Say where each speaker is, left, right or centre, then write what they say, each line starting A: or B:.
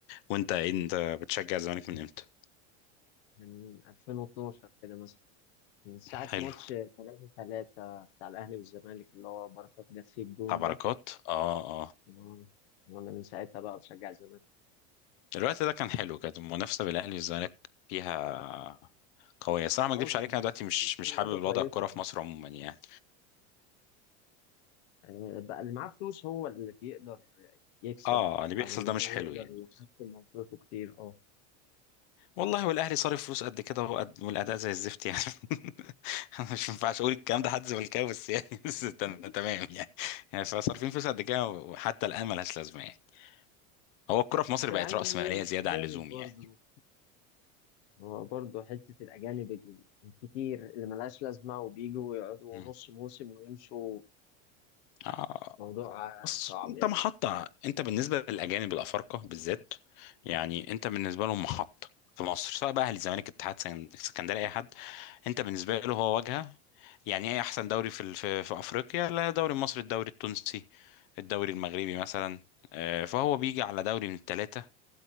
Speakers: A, on the left; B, on the left.
A: وانت إيه؟ انت بتشجع الزمالك من امتى
B: من 2012 كده مثلا من ساعة
A: حلو
B: ماتش 3 3 بتاع الاهلي والزمالك اللي هو بركات جاب فيه الجون
A: بتاع بركات
B: ده
A: اه اه
B: و- وانا من ساعتها بقى بشجع الزمالك
A: الوقت ده كان حلو كانت المنافسه بين الاهلي والزمالك فيها قويه الصراحه ما
B: اه
A: اكذبش
B: كان
A: عليك انا دلوقتي
B: كان
A: مش
B: في
A: مش حابب
B: لعيبة كويسة
A: وضع الكوره
B: اه
A: في مصر عموما يعني
B: يعني بقى اللي معاه فلوس هو اللي بيقدر يكسب
A: اه اللي بيحصل
B: او ان
A: ده
B: هو
A: مش
B: يقدر
A: حلو يعني
B: يحسن موقفه كتير اه
A: والله والاهلي صارف فلوس قد كده وقد- والاداء زي الزفت يعني <laughs> انا مش ينفعش اقول الكلام ده حد زملكاوي بس يعني <laughs> بس
B: <laughs>
A: أنا تمام يعني يعني فصارفين فلوس قد كده وحتى الان ملهاش لازمه يعني هو الكره في
B: بس
A: مصر
B: يعني
A: بقت راس ماليه زياده
B: جامد
A: عن اللزوم
B: برضه
A: يعني
B: هو برضه حتة الأجانب ال- الكتير اللي ملهاش لازمة وبيجوا ويقعدوا
A: مم.
B: نص موسم ويمشوا
A: اه
B: موضوع آه،
A: بص
B: صعب
A: انت
B: يعني
A: محطة انت بالنسبة للأجانب الأفارقة بالذات يعني انت بالنسبة لهم محطة في مصر سواء بقى أهلي الزمالك اتحاد سكن- اسكندرية أي حد انت بالنسبة له هو واجهة يعني ايه أحسن دوري في ال- في, في أفريقيا لا الدوري المصري الدوري التونسي الدوري المغربي مثلا آه، فهو بيجي على دوري من الثلاثة